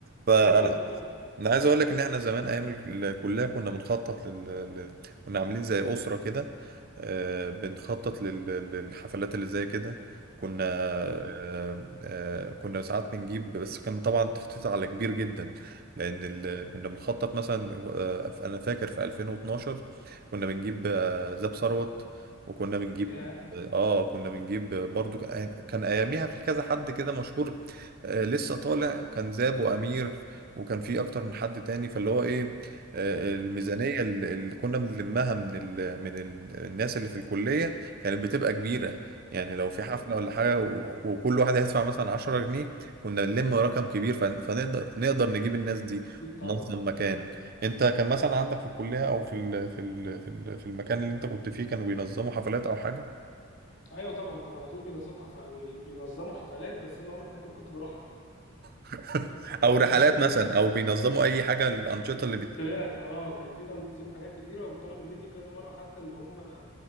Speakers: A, on the right; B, on the left.
A: فانا
B: حلو قوي الافكار دي
A: انا عايز اقول لك ان احنا زمان ايام ال- الكليه كنا بنخطط لل... لل... كنا عاملين زي اسره كده آه، بنخطط لل... للحفلات اللي زي كده كنا آه،
B: مم.
A: آه، كنا ساعات بنجيب بس كان طبعا تخطيط على كبير جدا لان ال...
B: مم.
A: كنا بنخطط مثلا آه، انا فاكر في 2012 كنا بنجيب آه، زاب ثروت وكنا بنجيب
B: يا
A: اه آه، كنا بنجيب برضو كان كان اياميها في كذا حد كده مشهور آه، لسه طالع كان زاب وامير وكان في اكتر من حد تاني فاللي هو ايه آه، الميزانيه
B: مم.
A: اللي اللي كنا بنلمها من ال من ال الناس اللي في الكليه كانت بتبقى كبيره يعني لو في
B: مم.
A: حفله ولا حاجه و- وكل واحد هيدفع مثلا 10 جنيه كنا بنلم رقم كبير فن- فنقدر نقدر نجيب الناس دي
B: اكيد طبعا
A: وننظم مكان
B: مم.
A: انت كان مثلا عندك في الكليه او في ال في ال في ال في المكان اللي انت كنت فيه كانوا بينظموا حفلات او حاجه
B: ايوه طبعا كان على طول بينظم حف... بي- بينظموا حفلات بس انا عمري في حياتي ما كنت بروحها
A: <laughs>
B: <laughs>
A: او رحلات مثلا او بينظموا اي حاجه الانشطه اللي
B: طلعت اه كان في تنظيم حاجات كتيرة وطلبوا مني كذا مرة حتى ان هم